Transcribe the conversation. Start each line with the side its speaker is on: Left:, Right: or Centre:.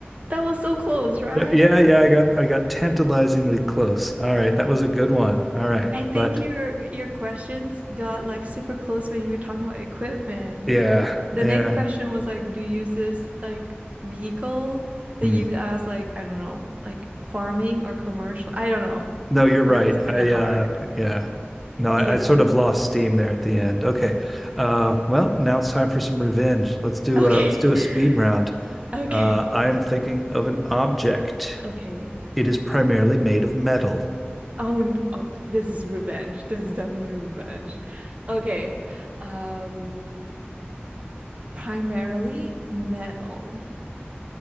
Right: That was so close, right?
Centre: Yeah, yeah, I got I got tantalizingly close. All right, that was a good one. All right.
Right: I think
Centre: But
Right: your your questions got like super close when you were talking about equipment.
Centre: yeah,
Right: The
Centre: yeah.
Right: next question was like, do you use this like vehicle that
Centre: Hmm.
Right: you could ask like, I don't know, like farming or commercial? I don't know.
Centre: No, you're right.
Right: That's kind
Centre: I
Right: of hard.
Centre: uh yeah. No, I,
Right: Yeah.
Centre: I sort of lost steam there at the end. Okay. Uh well, now it's time for some revenge. Let's do
Right: Okay.
Centre: uh let's do a speed
Right: <laughs>
Centre: round.
Right: Okay.
Centre: Uh I am thinking of an object.
Right: Okay.
Centre: It is primarily made of metal.
Right: Oh, n- oh, this is revenge. This is definitely revenge. Okay. Um, primarily metal.